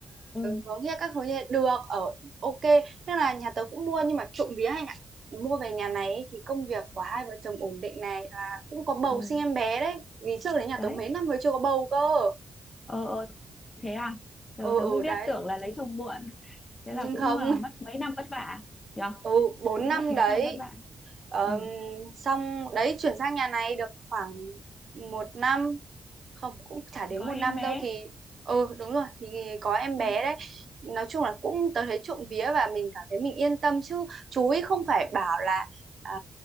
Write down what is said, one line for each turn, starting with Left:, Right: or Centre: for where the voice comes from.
Left: ừ
Right: hướng kia các hướng kia được ở ok nên là nhà tớ cũng mua nhưng mà trộm vía Hạnh ạ mua về nhà này ấy, thì công việc của hai vợ chồng ổn định này là cũng có bầu
Left: ừ
Right: sinh em bé đấy vì trước đấy nhà
Left: đấy
Right: tớ mấy năm mới chưa có bầu cơ
Left: ờ ờ, thế à tớ
Right: ừ
Left: tớ
Right: ừ
Left: mới biết
Right: đấy
Left: tưởng là lấy chồng muộn thế
Right: nhưng
Left: là cũng
Right: không
Left: mà mất mấy năm vất vả nhở
Right: ừ bốn
Left: cũng
Right: năm
Left: mất mấy
Right: đấy
Left: năm vất vả
Right: Ờm,
Left: ừ
Right: xong đấy chuyển sang nhà này được khoảng một năm không cũng chả đến
Left: thì có
Right: một
Left: em
Right: năm
Left: bé
Right: đâu thì ừ đúng rồi thì có em
Left: ừ.
Right: bé đấy nói chung là cũng tớ thấy trộm vía và mình cảm thấy mình yên tâm chứ chú ý không phải bảo là à,